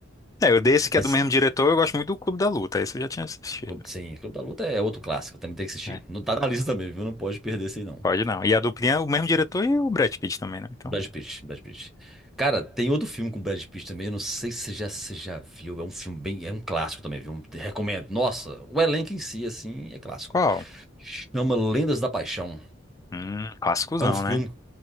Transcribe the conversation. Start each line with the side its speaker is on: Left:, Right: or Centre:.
Left: É, eu dei esse que
Centre: Mas,
Left: é do mesmo diretor, eu gosto muito do Clube da Luta, esse eu já tinha assistido.
Centre: sim, Clube da Luta é outro clássico, também tem que assistir.
Left: É.
Centre: Não tá na lista também, viu? Não pode perder esse aí, não.
Left: Pode não. E a duplinha é o mesmo diretor e o Brad Pitt também, né? Então,
Centre: Brad Pitt, Brad Pitt. Cara, tem outro filme com Brad Pitt também, eu não sei se você já, se você já viu, é um filme bem, é um clássico também, viu? Te Recomendo. Nossa, o elenco em si, assim, é clássico.
Left: qual?
Centre: Chama Lendas da Paixão.
Left: Hum, clássicozão,
Centre: É um filme,
Left: né?